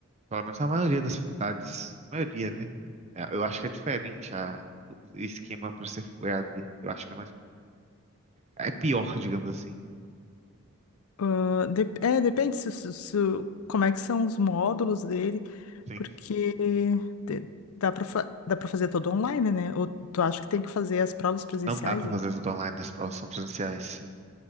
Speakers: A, on the right; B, on the left.
A: pelo menos a maioria das faculdades, maioria, né? É, Eu acho que é diferente a, o esquema para ser EAD. Eu acho que é mais, é pior, digamos assim.
B: Ah, dep- é, depende se, se- se o- como é que são os módulos dele,
A: Sim,
B: porque te- dá para dá para fazer todo online, né? Ou tu acha que tem que fazer as provas presenciais
A: não dá para
B: aí?
A: fazer tudo online, as provas são presenciais, sim.